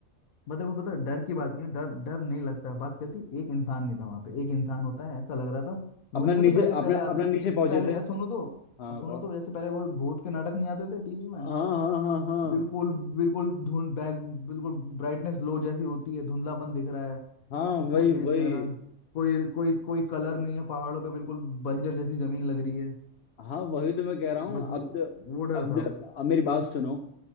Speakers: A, on the left; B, on the left.
A: बट देखो पता है, डर की बात नहीं है डर डर नहीं लगता है। बात कहती एक इंसान नहीं था वहां पे एक इंसान होता है ऐसा लग रहा था वो
B: अपना
A: नहीं
B: नीचे
A: होता पहले पहले
B: अपना
A: आते
B: अपना
A: थे
B: नीचे पहुंचे
A: पहले
B: थे
A: अ, सुनो तो
B: हाँ
A: अ, सुनो
B: बताओ
A: तो जैसे पहले वो भूत के नाटक नहीं आते थे टीवी में
B: हाँ हाँ हाँ हाँ
A: बिल्कुल बिल्कुल धुंध बैक बिल्कुल ब्राइटनेस लो जैसी होती है धुंधलापन दिख रहा है
B: हाँ
A: कुछ
B: वही
A: समझ में
B: वही
A: नहीं आ रहा कोई कोई कोई कलर नहीं है पहाड़ों पे बिल्कुल बंजर जैसी जमीन लग रही है
B: हाँ वही तो मैं कह रहा हूँ
A: बस वो
B: अब
A: वो डर
B: अब
A: था बस
B: अब मेरी बात सुनो